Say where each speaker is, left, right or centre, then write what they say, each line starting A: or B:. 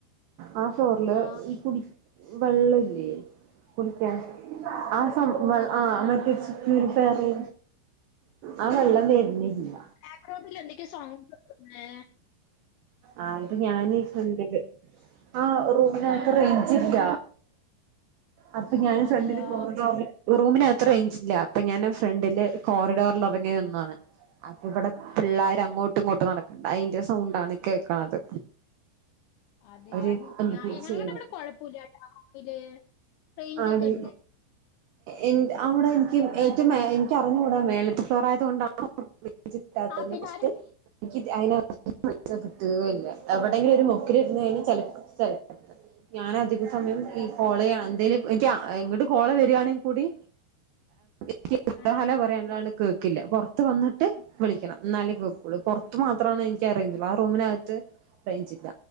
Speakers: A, on the right (about 85°); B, on the left (about 80°).
A: ആ ഫ്ലോറില്
B: ആഹ്
A: കുടി വെള്ളല്ലേ കുടിക്കാൻ ആ ആ മറ്റേ പ്യൂരിഫയർല് ആ വെള്ളം വരണില്ല.
B: ബാക്ക്ഗ്രൗണ്ടിലെന്തൊക്കെ സൗണ്ട്ണ്ട്. ഏ
A: ആ അത് ഞാനീട്ടണ്ട് ആ റൂമിനകത്ത് റേയ്ഞ്ചില്ല. അപ്പൊ ഞാന്
B: അതെയാ
A: ഫ്രണ്ടില് കോറിഡോറില് റൂമിനകത്ത് റേയിഞ്ചില്ല. അപ്പൊ ഞാന് ഫ്രണ്ടില് കോറിഡോറിലെറങ്ങി നിന്നതാണ്. അപ്പ ഇവിടെ പിള്ളാര് അങ്ങോട്ടും ഇങ്ങോട്ടും നടക്കണണ്ട് അതിന്റെ സൗണ്ടാണ് കേക്കണത്.
B: അതെയാ.
A: അവര്
B: ഞ
A: എന്തൊക്കെയോ
B: ഞങ്ങട
A: ചെയ്യണ്
B: ഇവിടെ കൊഴപ്പില്ലട്ടാ റൂമില്. റേഞ്ച്
A: ആടി
B: ഒക്കെ ഉണ്ട്
A: എ നി അവിടെ എനിക്ക് ഏറ്റവും എനിക്കറിഞ്ഞുകൂടാ മേലത്ത് ഫ്ലോർ ആയത് കൊണ്ടാണ് <unintelligible>
B: ആഹ് പിന്നെ ആരും
A: എനിക്ക് അതിന <unintelligible> കിട്ടുക ഇല്ല എവിടെയെങ്കിലും ഒരു മോക്കിൽ ഇരുന്നു കഴിഞ്ഞാൽ ചിലപ്പോ ശരി ഞാൻ അധിക സമയം ഈ കോളയാണ് എന്തേലും എനിക്ക് ഇങ്ങട് കോള് വരിയാണെങ്കിൽ കൂടി എനിക്ക്
B: ആഹ്
A: ഹലോ പറയാനാണ് കേക്കില്ല. പുറത്ത് വന്നിട്ട് വിളിക്കണം. ന്നാലേ കേക്കുള്ളും. പുറത്തു മാത്രമാണ് എനിക്ക് അറേഞ്ച് ആ റൂമിനകത്ത് റേയ്ഞ്ചില്ല.